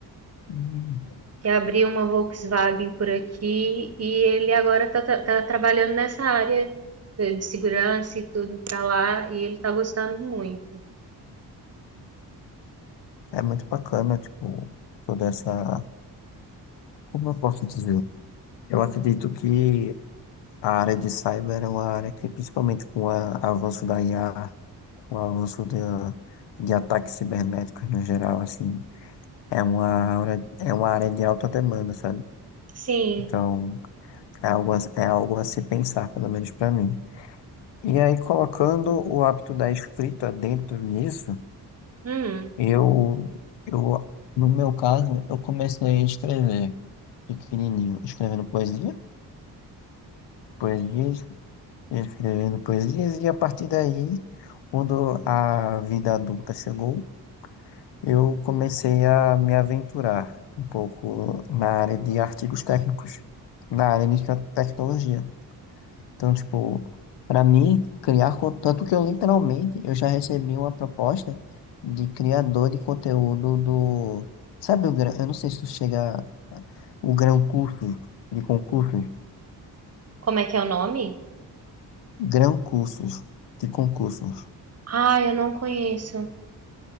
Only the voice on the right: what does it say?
que abriu uma Volkswagen por aqui, e ele agora está trabalhando nessa área de de segurança e tudo para lá, e ele está gostando muito.
Sim.
Hum.
Como é que é o nome?
Ah, eu não conheço.